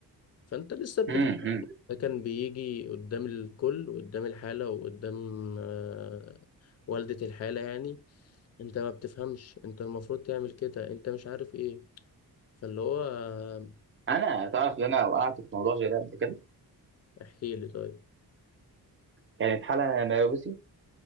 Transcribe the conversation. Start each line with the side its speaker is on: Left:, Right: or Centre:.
Left: فانت لسه بتتعلم
Right: امم
Left: ده كان بيجي قدام الكل وقدام الحالة وقدام آه، والدة الحالة يعني انت ما بتفهمش انت المفروض تعمل كده انت مش عارف ايه فاللي هو آه،
Right: انا تعرف ان انا وقعت في موضوع زي ده قبل كده
Left: احكي لي طيب
Right: كانت حاله مايوبسي